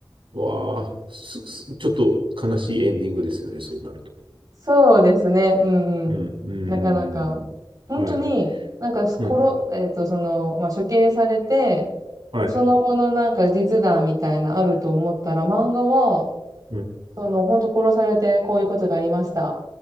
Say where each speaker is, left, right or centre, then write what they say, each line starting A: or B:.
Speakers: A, on the right (about 75°); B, on the right (about 45°).
A: わあ、す、すちょっと悲しいエンディングですよね、そうなると。
B: そうですね。うんうん。
A: うん、うん、うん、
B: なかなか。
A: うん
B: 本当に、
A: うん。はい、
B: なんか、ころ、
A: うん、
B: えっと、その、まあ、処刑されて、
A: はい、
B: その後のなんか実弾みたいなあると思ったら、漫画は、
A: うん、
B: その、本当殺されてこういうことがありました。